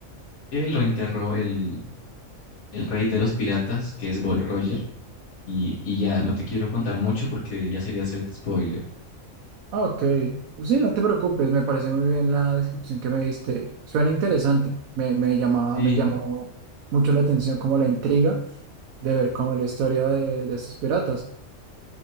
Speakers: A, on the left (about 80°); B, on the right (about 85°).
A: que lo enterró el, el rey de los piratas, que es Gold Roger. Y, y ya, no te quiero contar mucho porque ya sería hacerte spoiler.
B: Ah, Ok, sí, no te preocupes, me parece muy bien la descripción que me diste. Suena interesante, me, me llama,
A: Sí,
B: me llamó mucho la atención como la intriga de ver cómo la historia de, de estos piratas.